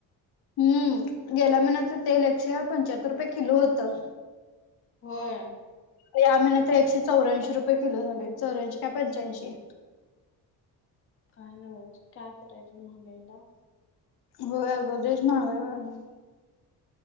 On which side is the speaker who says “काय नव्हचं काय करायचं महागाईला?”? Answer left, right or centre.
Left